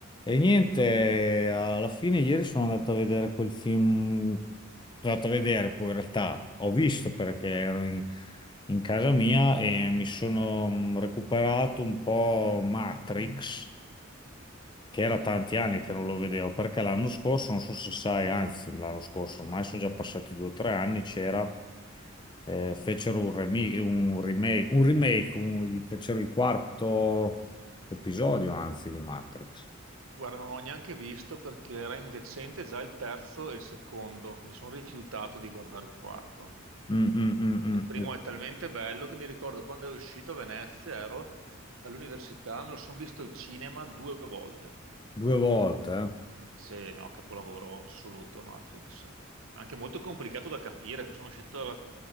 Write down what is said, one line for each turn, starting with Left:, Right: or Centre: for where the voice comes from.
Left: E niente, alla fine ieri sono andato a vedere quel film, sono andato a vedere, poi in realtà ho visto perché ero in, in casa mia e mi sono mm, recuperato un po' Matrix, che era tanti anni che non lo vedevo, perché l'anno scorso, non so se sai, anzi l'anno scorso, ormai sono già passati due o tre anni, c'era, eh, fecero un, remi- un remake, un remake, un- fecero il quarto episodio, anzi, di Matrix.
Right: Guarda, non ho neanche visto perché era indecente già il terzo e il secondo. Mi sono rifiutato di guardare il quarto.
Left: Mm, mm, mm,
Right: Il primo
Left: mm.
Right: è talmente bello che mi ricordo quando è uscito a Venezia, ero all'università, me lo sono visto al cinema due volte.
Left: Due volte, eh?
Right: Se no, capolavoro assoluto Matrix. Anche molto complicato da capire, che sono uscito dalla-